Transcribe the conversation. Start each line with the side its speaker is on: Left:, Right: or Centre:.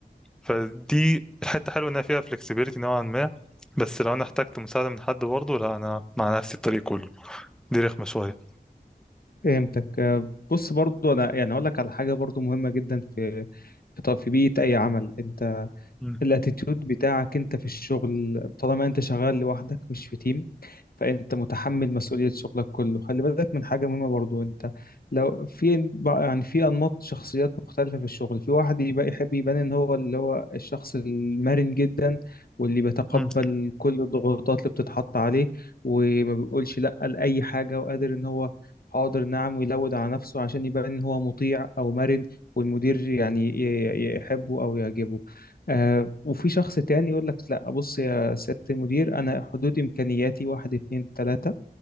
Centre: فدي الحتة حلوة إن فيها flexibility نوعا ما بس لو أنا احتجت مساعدة من حد برضه لا أنا مع نفسي الطريق كله دي رخمة شوية
Left: فهمتك آه، بص برضو انا يعني اقول لك على حاجه برضو مهمه جدا في في ط- في بيئه اي عمل انت
Centre: مم.
Left: الاتيتيود بتاعك انت في الشغل طالما انت شغال لوحدك مش في تيم فانت متحمل مسؤولية شغلك كله خلي بالك من حاجة مهمة برضو انت لو في يعني في انماط شخصيات مختلفة في الشغل في واحد يبقى يحب يبان ان هو اللي هو الشخص المرن جدا واللي بيتقبل
Centre: مم.
Left: كل الضغوطات اللي بتتحط عليه وما بيقولش لا لأي حاجة وقادر ان هو حاضر نعم ويلود على نفسه عشان يبان ان هو مطيع او مرن والمدير يعني ي- ي- يحبه او يعجبه آه وفي شخص تاني يقول لك لا بص سيادة المدير أنا حدود إمكانياتي واحد اتنين تلاتة